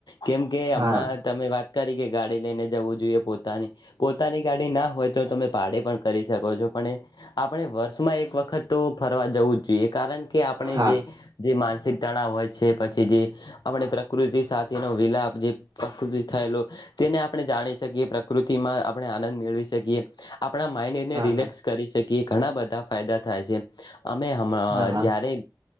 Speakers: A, on the left (about 85°); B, on the right (about 70°).
A: કેમ કે હમણાં
B: હા
A: તમે વાત કરી કે ગાડી લઈને જવું જોઈએ પોતાની પોતાની ગાડી ના હોય તો તમે ભાડે પણ કરી શકો છો પણ આપણે વર્ષમાં એક વખત તો ફરવા જવું જ જોઈએ કારણ કે કે આપણે
B: હા
A: જે જે માનસિક તણાવ હોય છે પછી જે આપણે પ્રકૃતિ સાથેનો વિલાપ જે <unintelligible> થયેલો તેને આપણે જાણી શકીએ પ્રકૃતિ માં આપણે આનંદ મેળવી શકીએ આપણા માઈન્ડ એને
B: હા
A: રિલેક્સ કરી શકીએ ઘણા બધા ફાયદા થાય છે. અમે હમ
B: હા હા
A: જ્યારે